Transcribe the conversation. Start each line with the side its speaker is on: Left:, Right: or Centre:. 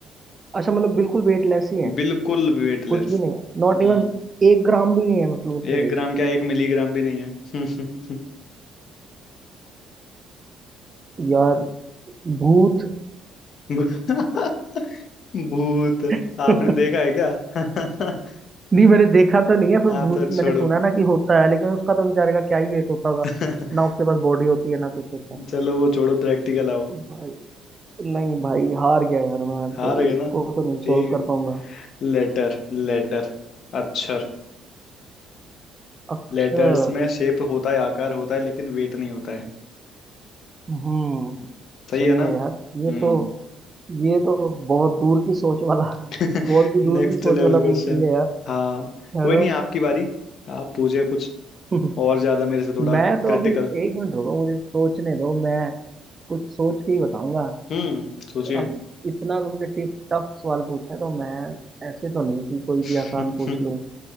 Right: अच्छा मतलब बिल्कुल वेटलेस ही है
Left: बिल्कुल वेटलेस
Right: कुछ भी नहीं है नॉट इवन
Left: हम्म
Right: एक ग्राम भी नहीं है मतलब उसमें
Left: एक
Right: वेट
Left: ग्राम क्या एक मिलीग्राम भी नहीं है <laughs>
Right: यार भूत
Left: भू- <laughs> भूत
Right: <laughs>
Left: आपने देखा है क्या <laughs>
Right: नहीं मैंने देखा तो नहीं है पर
Left: हाँ
Right: भूत
Left: तो छोड़ो
Right: मैंने सुना ना कि होता है लेकिन उसका तो बेचारे का क्या ही वेट होता होगा
Left: <laughs>
Right: ना उसके पास बॉडी होती है ना कुछ होता
Left: चलो वो छोड़ो प्रैक्टिकल आओ
Right: है भाई नहीं भाई हार गया यार मैं
Left: हार
Right: तो
Left: गए
Right: इसको
Left: ना
Right: तो नहीं
Left: ठीक
Right: सॉल्व
Left: है
Right: कर पाऊंगा
Left: लेटर लेटर अक्षर
Right: अक्षर
Left: लेटर्स में शेप होता है आकार होता है लेकिन वेट नहीं होता है
Right: हम्म
Left: सही
Right: सही
Left: है
Right: है
Left: ना
Right: यार ये
Left: हम्म
Right: तो ये तो बहुत दूर की सोच वाला
Left: <laughs>
Right: <laughs> बहुत की
Left: Next
Right: दूर की सोच
Left: level
Right: वाला
Left: question
Right: पूछ लिया यार
Left: हाँ कोई
Right: है ना
Left: नहीं आपकी बारी आप पूछिए कुछ
Right: <laughs>
Left: और ज्यादा मेरे से थोड़ा
Right: मैं तो
Left: क्रिटिकल
Right: अभी एक मिनट रुको मुझे सोचने दो मैं कुछ सोच के ही बताऊंगा
Left: हम्म सोचिए
Right: अब इतना तुमने टिफ टफ सवाल पूछा है तो मैं ऐसे तो नहीं कि कोई
Left: <laughs>
Right: भी आसान पूछ लूं